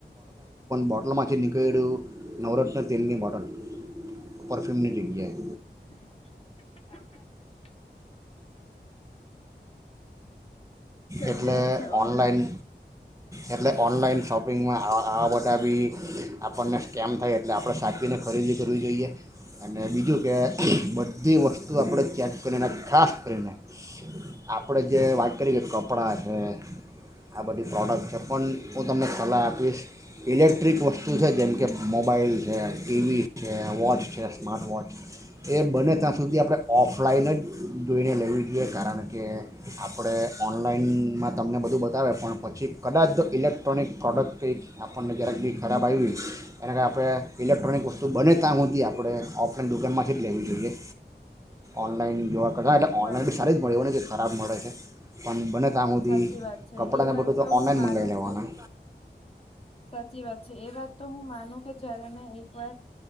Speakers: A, on the right; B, on the left.
A: બોટલમાંથી નીકળ્યું નવરત્ન તેલની બોટલ પરફ્યુમની જગ્યાએ.
B: <inaudible> સાચી
A: એટલે
B: વાત છે
A: ઓનલાઈન
B: ઓનલાઇન
A: એટલે ઓનલાઈન શોપિંગમાં આવા બધા બી આપણને સ્કેમ થાય. એટલે આપણે સાચીને ખરીદી કરવી જોઈએ. અને બીજું કે બધી વસ્તુ આપણે ચેક કરીને ખાસ કરીને આપણે જે વાત કરીએ કે કપ કપડાં છે, આ બધી પ્રોડક્ટ છે, પણ હું તમને સલાહ આપીશ ઇલેક્ટ્રિક વસ્તુ છે જેમ કે મોબાઈલ છે, ટીવી છે, વોચ છે, સ્માર્ટવોચ એ બને ત્યાં સુધી આપણે ઓફલાઈન જ જોઈને લેવી જોઈએ કારણ કે આપણે ઓનલાઈનમાં તમને બધું બતાવે પણ પછી કદાચ ઇલેક્ટ્રોનિક પ્રોડક્ટ કંઈક આપણને જ્યારેક બી ખરાબ આયવી, એના કારણે આપણે ઇલેક્ટ્રોનિક વસ્તુ બને તા‌ હુધી આપણે ઓફલાઈન દુકાનમાંથી જ લેવી જોઈએ. ઓનલાઈન ઓનલાઈન જોવા કરતા.
B: સાચી
A: એટલે ઓનલાઈન
B: વાત
A: બી
B: છે.
A: સારી જ મળે એવુ ની‌ કે ખરાબ મળે છે. પન બને ત્યાં સુધી
B: સાચી વાત છે
A: કપડાંને
B: એ વાત
A: બધું
B: તો
A: ઓનલાઈન
B: હું માનું
A: મંગાવી લેવાના
B: કે સાચી વાત છે એ વાત તો હું માનું કે જયારે મેં એકવાર